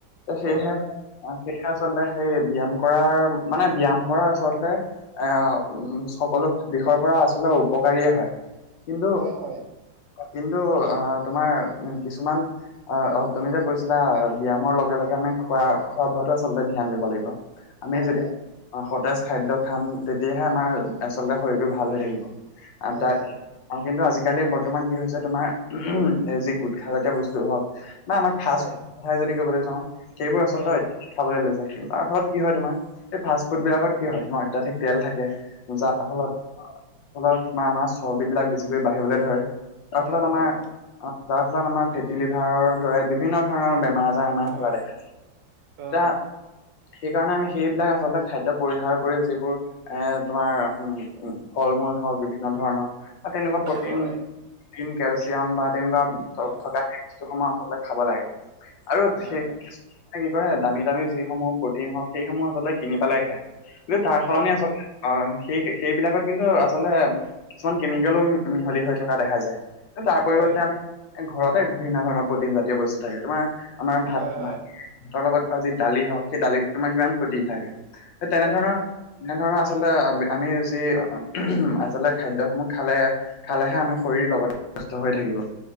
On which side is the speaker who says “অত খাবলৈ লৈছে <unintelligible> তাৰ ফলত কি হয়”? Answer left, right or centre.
Left